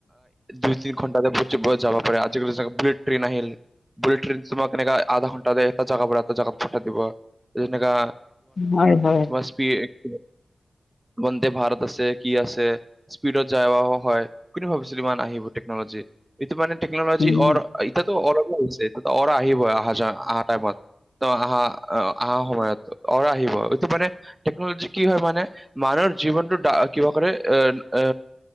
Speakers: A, on the right; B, on the left.
A: দুই, তিনি ঘণ্টাতে <unintelligible> যাব পাৰে আজি-কালি <unintelligible> বুলেট ট্ৰেইন আহিল। বুলেট ট্ৰেইনে তোমাক কেনেকা আধা ঘণ্টাতে এটা জাগা পৰা এটা জাগাত পঠাই দিব যেনেকা
B: হয় হয়
A: এক্সিৰিয়েক্স বন্দে ভাৰত আছে কি আছে স্পীডত যায় আও আও হয় কিন্তু ম ভাবিছিলো ইমান আহিব টেকনলজি এইটো মানে টেকনলজি
B: উম
A: অৰ এতিয়াতো অৰ হৈছে এতিয়া অৰা আহিবই আহা যোৱা আহা টাইমত ত আহাহা আ আহা সময়ত অৰ আহিব এইটো মানে টেকনলজি কি হয় মানে মানুহৰ জীৱনটো দা কিবা কৰে এ এ